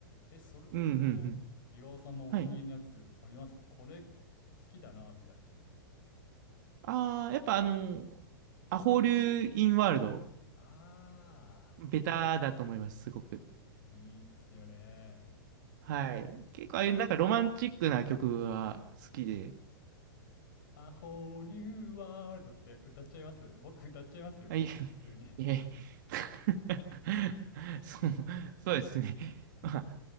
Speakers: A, on the left; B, on the right.
A: え、それで言うと、
B: うん、うん、うん。
A: 岩尾さんのお気に入りのやつありますこれ好
B: はい
A: きだなみたいな。
B: ああ、やっぱあの、アホールインワールド、
A: あ
B: ベタだと思います、すごく。
A: ー、いいっすよね。
B: はい。結構ああいうなんかロマンチックな曲は好きで。
A: A whole new world って歌っちゃいます僕歌っちゃいますよ、結構普通に。
B: あ、いえ、いえ。<laughs> そう、そうですね。まあ、